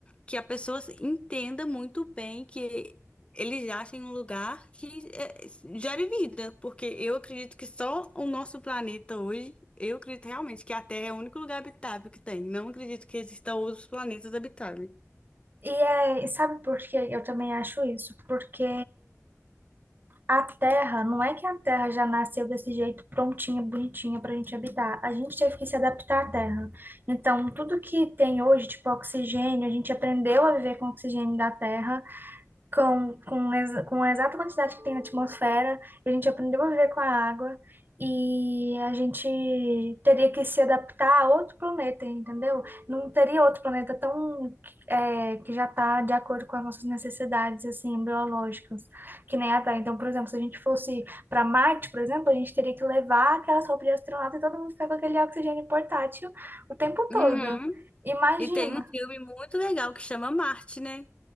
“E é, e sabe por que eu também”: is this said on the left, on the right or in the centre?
Right